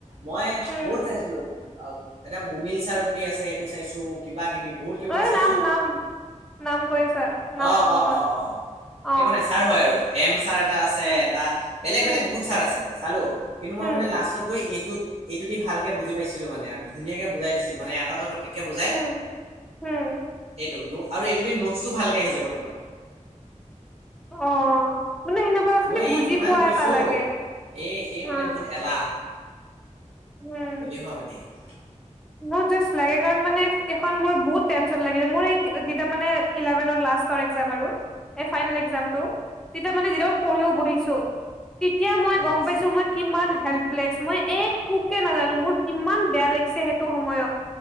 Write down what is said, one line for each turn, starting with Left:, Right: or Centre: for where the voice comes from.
Right: মই
Centre: উম
Right: বহুত চাইছিলো অ এটা মুনিল ছাৰ বুলি আছে সেইটো চাইছো কিবা কিবি বহুত কিবা কিবি
Centre: অ
Right: চাইছো
Centre: নাম নাম নাম কৈ আছা নাম
Right: অ
Centre: নকবা
Right: অ অ অ
Centre: অ
Right: একো নাই ছাৰ হয় আৰু এম ছাৰ এটা আছে
Centre: হুম
Right: এটা বেলেগ
Centre: হুম
Right: বেলেগ বহুত ছাৰ আছে চালো কিন্তু
Centre: হুম
Right: মই মানে লাষ্টত গৈ এইটোত এইটো দি ভালকে বুজি পাইছিলো মানে আৰু ধুনীয়াকে বুজাই দিছিল মানে এটা এটা টপিক কে বুজাই
Centre: হুম হুম
Right: এইটো <unintelligible> আৰু এইটোদি নোটছটো ভালকে আহি যাব তোমাৰ
Centre: অ মানে সেনেকুৱা খালি
Right: মই
Centre: বুজি
Right: এই কিমান
Centre: পোৱা
Right: কৈছো
Centre: এটা লাগে
Right: এই এই
Centre: হা
Right: মানে বহুত এলাহ
Centre: উম
Right: এলেহুৱা মানে এই
Centre: মোৰ জাষ্ট লাগে কাৰণ মানে এইখন মোৰ বহুত টেনচন লগে যে মোৰ এই যেতিয়া মানে ইলেভেনৰ লাষ্ট লাষ্টৰ এক্সাম আৰু এই ফাইনেল এক্সামটো তেতিয়া মানে যেতিয়া মই পঢ়িব বহিছোঁ তেতিয়া মই
Right: উম
Centre: গম
Right: উম
Centre: পাইছো মই কিমান হেল্পলেছ মই একোকে নাজানো মোৰ ইমান বেয়া লাগিছে সেইটো সময়ত তেতিয়া মই